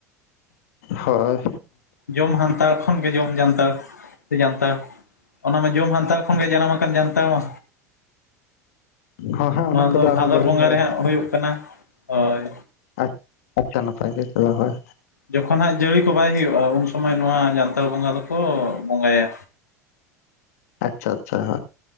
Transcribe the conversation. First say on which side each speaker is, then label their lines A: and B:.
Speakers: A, on the left (about 60°); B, on the left (about 80°).
A: ᱦᱳᱭ
B: ᱡᱚᱢ ᱦᱟᱱᱛᱟᱲ ᱠᱷᱚᱱ ᱜᱮ ᱡᱚᱢ ᱡᱟᱱᱛᱲ ᱥᱮ ᱡᱟᱱᱛᱷᱟᱲ ᱚᱱᱟᱢᱟ ᱡᱚᱢ ᱦᱟᱱᱛᱟᱲ ᱠᱷᱚᱱᱜᱮ ᱡᱟᱱᱟᱢ ᱟᱠᱟᱱ ᱡᱟᱱᱛᱷᱟᱲ ᱢᱟ
A: ᱦᱚᱸ ᱦᱟᱸᱜ
B: ᱱᱚᱣᱟ
A: ᱩᱱᱟᱹᱜ ᱠᱚᱫᱚ
B: ᱫᱚ
A: ᱟᱨ
B: ᱵᱷᱟᱫᱚᱨ
A: ᱵᱟᱹᱞᱤᱧ
B: ᱵᱚᱸᱜᱟ
A: ᱵᱟᱲᱟᱭᱟ
B: ᱨᱮ ᱦᱟᱸᱜ ᱦᱩᱭᱩᱜ ᱠᱟᱱᱟ ᱦᱳᱭ
A: ᱟᱪ ᱟᱪᱪᱷᱟ ᱱᱟᱯᱟᱭ ᱜᱮ ᱪᱚᱵ <inaudible> ᱦᱳᱭ
B: ᱡᱚᱠᱷᱚᱱ ᱦᱟᱸᱜ ᱡᱟᱹᱲᱤ ᱠᱚ ᱵᱟᱭ ᱦᱩᱭᱩᱜᱼᱟ ᱩᱱ ᱥᱚᱢᱚᱭ ᱱᱚᱣᱟ ᱡᱟᱱᱛᱷᱟᱲ ᱵᱚᱸᱜᱟ ᱫᱚᱠᱚ ᱵᱚᱸᱜᱟᱭᱟ
A: ᱟᱪᱪᱷᱟ ᱟᱪᱪᱷᱟ